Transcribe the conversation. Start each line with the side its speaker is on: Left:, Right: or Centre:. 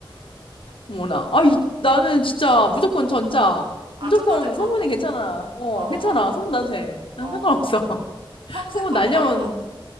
Left: 어머나. 아, 이, 나는 진짜 무조건 전자.
Right: 아,
Left: 무조건
Right: 첫 번째 거?
Left: 소문이 괜찮아. 어,
Right: 어,
Left: 괜찮아. 소문 나도 돼. 난
Right: 어,
Left: 상관없어. <laughs>
Right: 평생
Left: 소문
Right: 놀림받아도?
Left: 날려면